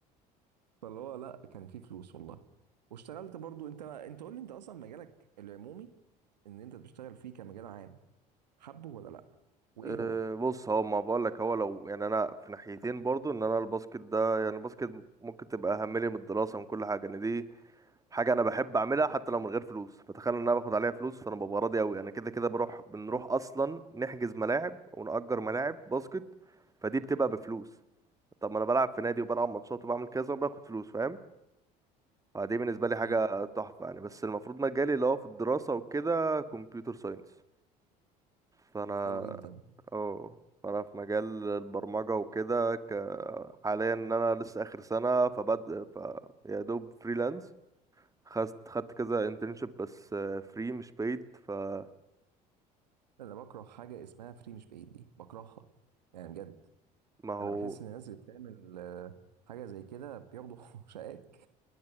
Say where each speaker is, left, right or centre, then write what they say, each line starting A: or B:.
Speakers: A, on the right (about 85°); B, on the right (about 15°).
A: <laughs> فاللي هو لا كان في فلوس والله واشتغلت برضو انت انت قول لي انت اصلا مجالك العمومي ان انت بتشتغل فيه كمجال عام حبه ولا لا وايه
B: أه
A: هو
B: بص هو ما بقول لك هو لو يعني انا في ناحيتين برضو ان انا الباسكت ده يعني الباسكت ممكن تبقى اهم لي من الدراسه ومن كل حاجه ان دي حاجه انا بحب اعملها حتى لو من غير فلوس فتخيل ان انا باخد عليها فلوس فانا ببقى راضي قوي انا كده كده بروح بنروح
A: حلو
B: اصلا نحجز ملاعب ونأجر ملاعب باسكت فدي بتبقى بفلوس طب ما انا بلعب في نادي وبلعب ماتشات وبعمل كذا وباخد فلوس فاهم فدي بالنسبه لي حاجه
A: مم.
B: تحفه يعني بس المفروض مجالي اللي هو في الدراسه وكده كمبيوتر ساينس فانا
A: حلوة جدا
B: اه فانا في مجال البرمجه وكده ك... حاليا ان انا لسه اخر سنه فبد ف يا دوب فريلانس خدت خدت كذا انترنشيب بس فري مش paid فما
A: انا بكره حاجه اسمها فري مش بعيد دي بكرهها يعني بجد
B: هو
A: انا بحس ان الناس اللي بتعمل آه، حاجه زي كده بياخدوا <laughs> شقاك